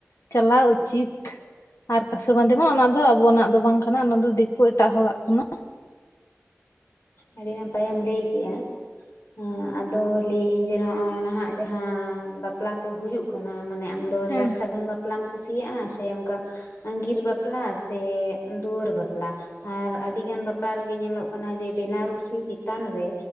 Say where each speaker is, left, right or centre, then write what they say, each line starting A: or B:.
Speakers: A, on the left (about 75°); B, on the left (about 60°).
A: ᱪᱟᱞᱟᱣ ᱩᱪᱤᱛ ᱟᱨ ᱠᱟᱥᱮ ᱵᱟᱸᱫᱮ ᱢᱟ ᱚᱱᱟ ᱫᱚ ᱟᱵᱚᱱᱟᱜ ᱫᱚ ᱵᱟᱝ ᱠᱟᱱᱟ, ᱚᱱᱟ ᱫᱚ ᱫᱤᱠᱩ ᱮᱴᱟᱜ ᱦᱚᱲᱟᱜ ᱠᱟᱱᱟ᱾
B: ᱟᱹᱰᱤ ᱱᱟᱯᱟᱭᱮᱢ ᱞᱟᱹᱭ ᱠᱮᱼᱟ᱾ ᱦᱮᱸ ᱟᱫᱚ ᱞᱟᱹᱭᱮᱜ ᱤᱧ ᱡᱮ ᱱᱚᱜᱼᱚᱭ ᱱᱷᱟᱜ ᱡᱟᱦᱟᱸ ᱵᱟᱯᱞᱟ ᱠᱚ ᱦᱩᱭᱩᱜ ᱠᱟᱱᱟ᱾ ᱢᱟᱱᱮ ᱟᱢ ᱟᱫᱚ
A: ᱦᱮᱸ
B: ᱥᱟᱨ ᱥᱟᱹᱜᱩᱱ ᱵᱟᱯᱞᱟᱢ ᱠᱩᱥᱤᱭᱟᱜᱼᱟ᱾ ᱥᱮ ᱚᱝᱠᱟ ᱟᱹᱜᱤᱨ ᱵᱟᱯᱞᱟ ᱥᱮ, ᱫᱩᱣᱟᱹᱨ ᱵᱟᱯᱞᱟ, ᱟᱨ ᱟᱹᱰᱤᱜᱟᱱ ᱵᱟᱯᱞᱟ ᱨᱮᱜᱮ ᱧᱮᱞᱚᱜ ᱠᱟᱱᱟ ᱡᱮ ᱵᱮᱱᱟᱨᱥᱤ ᱪᱮᱛᱟᱱ ᱨᱮ